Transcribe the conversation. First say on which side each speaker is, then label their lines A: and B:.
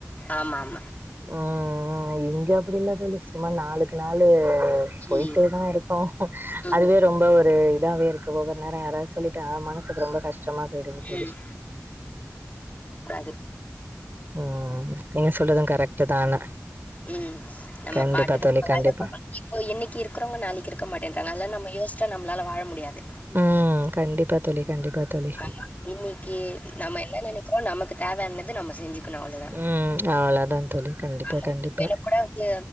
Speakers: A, on the left; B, on the right.
A: ஆமா ஆமா
B: ம் ம் இங்க அப்டி இல்ல தோழி சும்மா நாளுக்கு நாளு போய்ட்டேதா
A: ம்
B: இருக்கு
A: ம்
B: அதுவே ரொம்ப ஒரு இதாவே இருக்கு ஒவ்வொரு நேரோ யாராஸ் சொல்லிட்டா மனசுக்கு ரொம்ப கஷ்டமா போயிடுது தோழி
A: ம் து
B: ம் நீங்க சொல்றது கரெக்ட் தா ஆனா
A: ம் நம்ம
B: கண்டிப்பா
A: பாட்டுக்கு
B: தோழி
A: நம்ம
B: கண்டிப்பா
A: வேல பண்ணணு இப்போ இன்னிக்கி இருக்குறவங்க நாளைக்கு இருக்க மாட்டேன்றாங்க அதெல்லா நம்ம யோசிச்ச நம்மளால வாழ முடியாது
B: ம் கண்டிப்பா தோழி கண்டிப்பா தோழி
A: ஆமா இன்னிக்கு நம்ம என்ன நினைக்கிறோ நமக்கு தேவயானத நம்ம செஞ்சுக்கணு அவ்ளோதா,
B: ம் அவ்ளோதா தோழி கண்டிப்பா
A: ஆமா
B: கண்டிப்பா
A: எனக்கூட வந்து